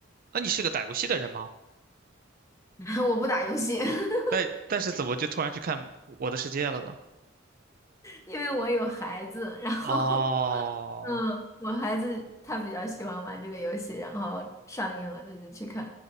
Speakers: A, on the right (about 45°); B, on the left (about 15°).
A: 那你是个打游戏的人吗？
B: <laughs> 我不打游戏，<laughs>
A: 但但是怎么就突然去看《我的世界》了呢？
B: 因为我有孩子，然后
A: 哦，
B: 嗯，我孩子他比较喜欢玩这个游戏，然后上映了他就去看。